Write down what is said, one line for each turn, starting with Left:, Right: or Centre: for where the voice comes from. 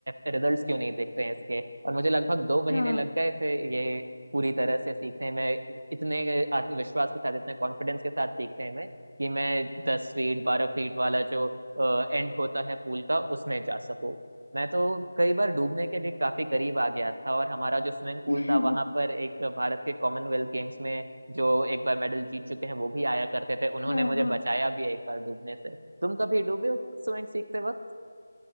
Right: रिजल्ट्स क्यों नहीं दिख रहे हैं इसके और मुझे लगभग दो महीने
Left: हाँ
Right: लग गए थे ये पूरी तरह से सीखने में इतने आत्मविश्वास के साथ इतने कॉन्फिडेंस के साथ सीखने में कि मैं दस फीट बारह फीट वाला जो एंड होता है पूल का उसमें जा सकूं मैं तो कई बार डूबने के भी काफी करीब आ गया था और हमारा जो स्विमिंग पूल
Left: <laughs>
Right: था वहां पर एक भारत के कॉमनवेल्थ गेम्स में जो एक बार मेडल जीत चुके हैं वो भी आया करते थे उन्होंने
Left: हाँ
Right: मुझे
Left: हाँ
Right: बचाया भी है एक बार डूबने से तुम कभी डूबे हो स्विमिंग सीखते वक्त